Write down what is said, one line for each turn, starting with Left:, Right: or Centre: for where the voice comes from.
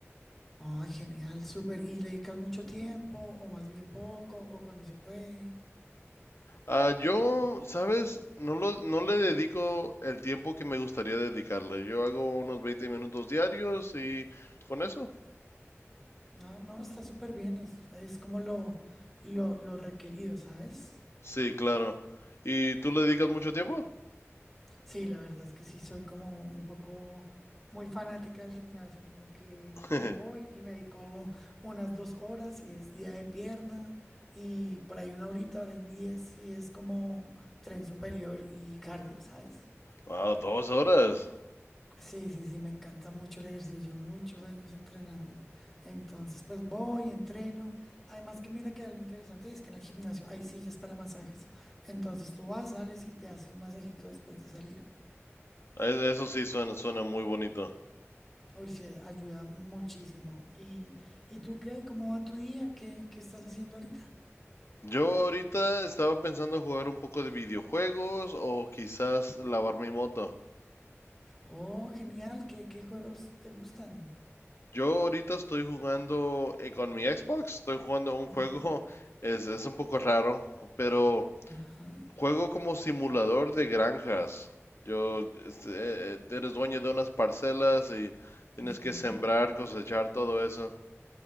Centre: Ah, genial, súper. ¿Y le dedicas mucho tiempo o más bien poco o cuando se puede?
Left: Ah, yo, ¿sabes? No lo- no le dedico el tiempo que me gustaría dedicarle. Yo hago unos 20 minutos diarios y con eso.
Centre: No, no, está súper bien, es, es como lo, lo, lo requerido, ¿sabes?
Left: Sí, claro. ¿Y tú le dedicas mucho tiempo?
Centre: Sí, la verdad es que sí soy como un poco muy fanática del gimnasio, como que
Left: <laughs>
Centre: me voy y me dedico unas dos horas y es día de pierna y por ahí una horita, hora y diez y es como tren superior y cardio, ¿sabes?
Left: Wow, dos horas.
Centre: Sí, sí, sí, me encanta mucho el ejercicio, llevo muchos años entrenando, entonces pues voy, entreno, además que mira que algo interesante es que en el gimnasio hay sillas para masajes, entonces tú vas, sales y te haces un masajito después de salir.
Left: E- Eso sí suena, suena muy bonito.
Centre: Hoy sí, ayuda muchísimo. ¿Y, y tú qué? ¿Cómo va tu día? ¿Qué, qué estás haciendo ahorita?
Left: Yo ahorita estaba pensando jugar un poco de videojuegos o quizás lavar mi moto.
Centre: Oh, genial. ¿Qué, qué juegos te gustan?
Left: Yo ahorita estoy jugando eh, con mi Xbox, estoy jugando un
Centre: Ujú,
Left: juego, <laughs> es, es un poco raro, pero
Centre: Ajá.
Left: Juego como simulador de granjas. Yo, este, eh, eh, eres dueño de unas parcelas y tienes
Centre: ujú.
Left: que sembrar, cosechar, todo eso.